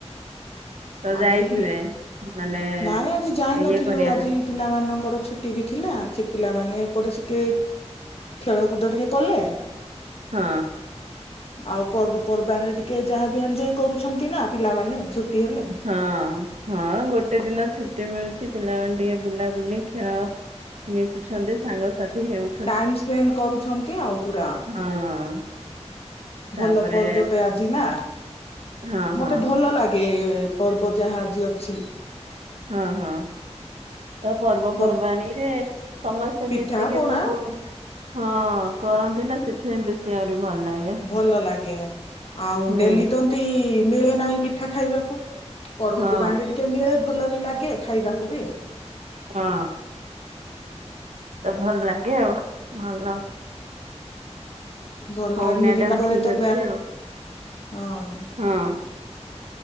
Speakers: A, on the right; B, on the left.
A: ତ
B: ଆଜି
A: ଯାଇଥିଲେ ମାନେ
B: ନାଇଁ ଆଜି ଯାଇ
A: ଇଏ
B: ନଥିଲୁ
A: କରିବା
B: ଆଜି
A: ପାଇଁ
B: ପିଲାମାନଙ୍କର ଛୁଟି ବି ଥିଲା ସେ ପିଲାମାନେ ଏପଟେ ସିକେ ଖେଳକୁଦ ଟିକେ କଲେ
A: ହଁ
B: ଆଉ ପର୍ବପର୍ବାଣୀରେ ଟିକେ ଯାହାବ ଏଜ କରୁଛନ୍ତି ନା ପିଲାମାନୋନେ ଛୁଟି ହେଲା
A: ହଁ ହଁ ଗୋଟେ ଦିନ ଛୁଟି ମିଳୁଛି ପିଲାମାନେ ଟିକେ ବୁଲା ବୁଲି ଖେଳ ମିଶୁଛନ୍ତି ସାଙ୍ଗସାଥି ହେଉ
B: ଟାଇମ ସ୍ପେଣ୍ଡ କରୁଛନ୍ତି ଆଉ ପୁରା
A: ହଁ
B: ଭଲ
A: ତାପରେ
B: ପର୍ବଟେ ଆଜି ନା
A: ହଁ ହଁ
B: ମତେ ଭଲ ଲାଗେ ପର୍ବ ଯାହା ଆଜି ଅଛି
A: ହଁ ହଁ ତ ପର୍ବପର୍ବାଣୀରେ
B: ବ
A: ସମସ୍ତେ
B: ପିଠା
A: ମିଶିକି
B: ପଣା
A: ସବୁ ହଁ କରନ୍ତି ନା ସେଥିପାଇଁ ବେଶୀ ଆହୁରି ଭଲ ଲାଗେ
B: ଭଲ ଲାଗେ ଆଉ
A: ହୁଁ
B: ଡେଲି ତମତି ମିଳେ ନାହିଁ ପିଠା ଖାଇବାକୁ ପର୍ବପର୍ବାଣିରେ
A: ହଁ
B: ଟିକେ ମିଳେ ଭଲ ବି ଲାଗେ ଖାଇବାକୁ ବି
A: ହଁ ତ ଭଲ ଲାଗେ ଆଉ ଭଲ
B: ଭଲ
A: ହଉ
B: ହ ମିତି
A: ମ୍ୟାଡାମ
B: ପାଖରେ
A: ଠିକ
B: ତା
A: ଅଛି ଆଉ।
B: ହଁ
A: ହଁ